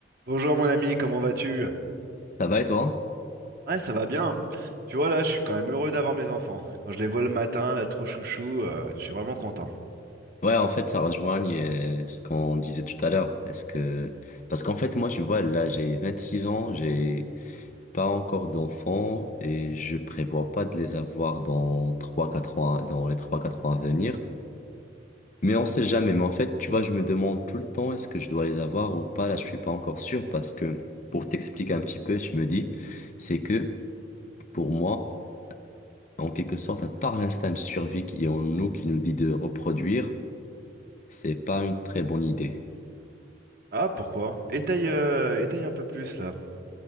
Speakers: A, on the right; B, on the left.
A: Bonjour mon ami, comment vas-tu?
B: Ça va et toi?
A: Ouais, ça va bien. hein. Tu vois là, je suis quand même heureux d'avoir mes enfants. Quand je les vois le matin, là, trop chouchou, euh, je suis vraiment content.
B: Ouais, en fait, ça rejoint euh, ce qu'on disait tout à l'heure. Est-ce que... Parce qu'en fait, moi, je vois, là, j'ai 26 ans, j'ai pas encore d'enfants et je prévois pas de les avoir dans trois quatre ans, dans les trois quatre ans à venir. Mais on sait jamais. Mais en fait, tu vois, je me demande tout le temps, est-ce que je dois les avoir ou pas? Là, je suis pas encore sûr parce que, pour t'expliquer un petit peu, je me dis, c'est que, pour moi, en quelque sorte, à part l'instinct de survie qui est en nous, qui nous dit de reproduire, C'est pas une très bonne idée.
A: Ah, pourquoi? Étaye, euh, étaye un peu plus là.